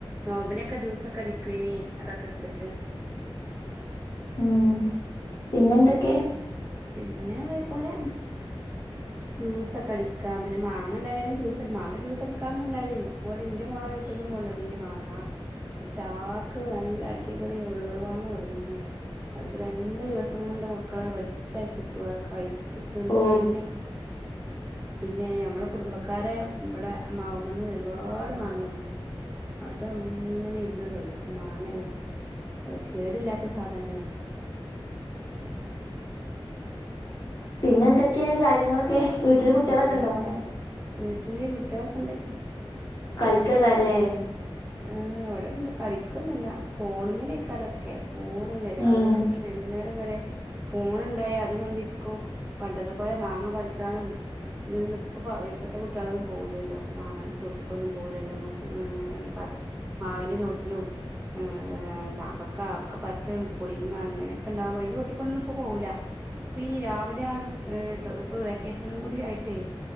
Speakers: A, on the right; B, on the left.
A: നോബിനൊക്കെ ജ്യൂസൊക്കെ അടിക്ക്വേനി അതൊക്കെ എടുത്തിട്ട്
B: ഉം പിന്നെന്തൊക്കെ
A: പിന്നെതേപോലെ ജ്യൂസൊക്കെ അടിക്കാം പിന്നെ മാങ്ങ ഇണ്ടായാലും ജ്യൂസ് മാങ്ങ ജ്യൂസ് അടിക്കാന്നുംണ്ടായില്ല ഇതുപോലെ എന്റെ മോള വീട്ടിന്നും കൊണ്ടന്നി മാങ്ങ ചാക്ക് നല്ല അടിപൊളി ഉരുളൻ മാങ്ങ കൊടന്നീനി അതൊക്കെ രണ്ടു ദിവസം കൊണ്ട് മക്കളത് <unintelligible> തിന്ന്
B: ഓ
A: കഴിഞ്ഞു പിന്നെ ഞമ്മളെ കുടുംബക്കാര് ഇവിടെ മാവുമേന്ന് ഒരുപാട് മാങ്ങ കൊടന്ന് അത് അങ്ങനെ ഇരുന്ന് കഴിക്കും മാങ്ങല്ലേ അത് കേടില്ലാത്ത സാധനല്ലേ
B: പിന്നെ എന്തൊക്കെയാണ് കാര്യങ്ങളൊക്കെ വീട്ടില് കുട്ടികളൊക്കെ
A: കാര്യങ്ങളൊക്കെ
B: ഉണ്ടോ
A: വീട്ടില് കുട്ടികളൊക്കെ ഇണ്ട്
B: കളിക്കേക്കാരല്ലേ
A: ആഹ് വിടെണ്ട് കളിക്കൊന്നല്ല ഫോണുമ്മലേക്കാരം ഒക്കെ ഫോണല്ലേ രാവിലെ
B: ഉം
A: തൊട്ട് വൈകുന്നേരം വരെ ഫോണ് ണ്ടായ അത് കണ്ടിരിക്കും പണ്ടത്തെ പോലെ മാങ്ങ പറിക്കാനും ഇതിനൊന്നും ഇപ്പ ഇപ്പഴത്തെ കുട്ടികളൊന്നും പോവില്ലല്ലോ മാങ്ങന്റെ ചോട്ടക്കൊന്നും പോവില്ലല്ലോ മൂച്ചി ഏഹ് പറ മാവിന്റെ ചോട്ടിലും ഏ ചാമ്പക്ക ഒക്കെ പർച്ച് പുളിങ്ങ ഇങ്ങനൊക്കെ ഉണ്ടാവുമ്പോ അതിന്റെ ചോട്ടക്ക് ഒന്നും ഇപ്പോ പോവില്ല ഇപ്പൊ ഈ രാവിലെയാണ് ഇപ്പൊ വെക്കേഷനും കൂടി ആയിട്ടേ